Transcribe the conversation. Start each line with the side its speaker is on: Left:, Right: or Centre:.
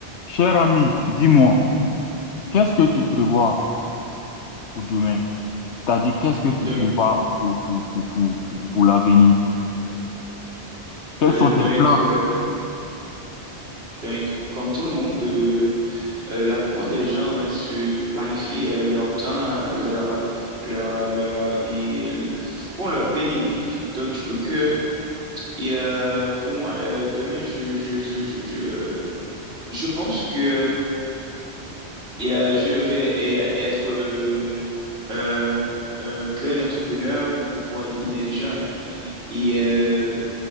Left: Cher ami, dis-moi, qu'est-ce que tu prévois pour demain? C'est-à-dire, qu'est-ce que tu
Right: Donc,
Left: prévois pour, pour, pour, pour, pour, pour l'avenir? Quels
Right: euh,
Left: sont tes
Right: donc,
Left: plans?
Right: euh, donc, comme tout le monde, euh, euh, la plupart des gens hein, se planifient euh, leur temps, leur, leur, leur, et font leur planning. Donc, du coup, que, et, euh, pour moi, euh, demain, je, je, je, je, je, je pense que et, euh, je devais euh, être euh, un, un grand entrepreneur pour pouvoir aider les gens hein, et euh,